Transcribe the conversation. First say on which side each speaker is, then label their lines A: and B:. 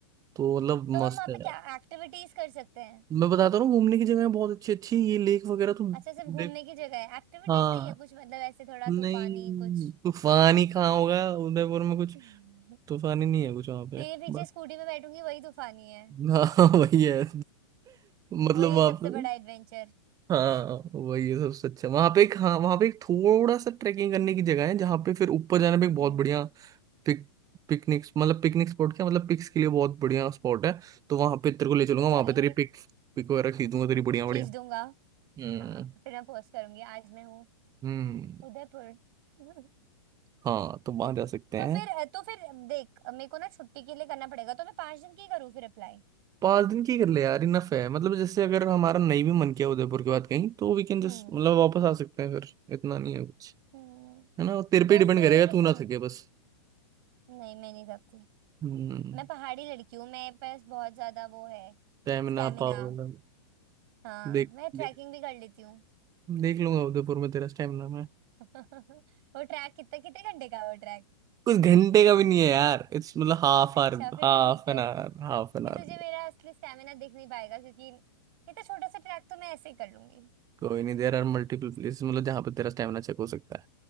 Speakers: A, on the right; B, on the right.
A: तो मतलब
B: तो हम
A: मस्त
B: वहाँ
A: है
B: पे क्या एक्टिविटीज कर सकते
A: मैं बताता हूँ ना, घूमने की जगह बहुत अच्छी अच्छी है। ये लेक वगैरह तो
B: अच्छा सिर्फ घूमने
A: देख
B: की जगह है एक्टिविटीज
A: हाँ
B: नहीं है कुछ मतलब ऐसे थोड़ा
A: नहीं
B: तूफानी कुछ
A: तूफानी कहाँ होगा उदयपुर में कुछ
B: <laughs>
A: तूफानी नहीं है कुछ वहाँ पे
B: तेरे पीछे
A: बस
B: स्कूटी में बैठूंगी वही तूफानी है
A: हाँ <laughs> वही है मतलब
B: वही है
A: वहाँ
B: सबसे
A: पे
B: बड़ा एडवेंचर <laughs>
A: हाँ वही है सबसे अच्छा वहाँ पे एक हाँ वहाँ पे एक थोड़ा सा ट्रैकिंग करने की जगह है जहाँ पे फिर ऊपर जाने पे एक बहुत
B: हम्म
A: बढ़िया पिक पिकनिक मतलब पिकनिक स्पॉट क्या मतलब पिक्स के लिए बहुत बढ़िया स्पॉट है तो वहाँ पे तेरे को ले चलूंगा
B: तो चलेंगे
A: वहाँ पे तेरी पिक पिक वगैरह खींचूंगा तेरी बढ़िया बढ़िया
B: खींच दूंगा
A: हम्म
B: हाँ फिर मैं पोस्ट करूंगी आज मैं हूँ
A: हम्म
B: उदयपुर <laughs>
A: हाँ तो वहां जा सकते
B: तो
A: हैं
B: फिर तो फिर देख मेरे को ना छुट्टी के लिए करना पड़ेगा तो मैं पांच दिन की करूँ फिर अप्लाई
A: पाँच दिन की कर ले यार इनफ है मतलब जैसे अगर हमारा नहीं भी मन किया उदयपुर के बाद कहीं तो वी कैन जस्ट
B: हम्म
A: मतलब वापस आ सकते हैं फिर इतना नहीं है कुछ
B: हम्म
A: है ना तेरे
B: तो
A: पे डिपेंड
B: फिर
A: करेगा
B: सुन
A: तू ना थके बस
B: नहीं मैं नहीं सकती
A: हम्म
B: मैं पहाड़ी लड़की हूँ मेरे पास बहुत ज्यादा वो है
A: स्टेमिना
B: स्टेमिना
A: पावर
B: हाँ
A: देख
B: मैं ट्रैकिंग
A: देख
B: भी कर लेती हूँ
A: देख लूंगा उदयपुर में तेरा स्टेमिना मैं
B: <laughs> वो ट्रैक कितना कितने घंटे का है वो ट्रैक
A: कुछ घंटे का भी नहीं है यार इट्स मतलब half
B: अच्छा
A: hour
B: फिर
A: half
B: तो ठीक है
A: an hour half an
B: फिर
A: hour
B: तुझे मेरा असली स्टेमिना दिख नहीं पाएगा क्योंकि इतना छोटा सा ट्रैक तो मैं ऐसे ही कर लूंगी
A: कोई नहीं देर आर मल्टीपल प्लेसेस मतलब जहाँ पे तेरा स्टेमिना चेक हो सकता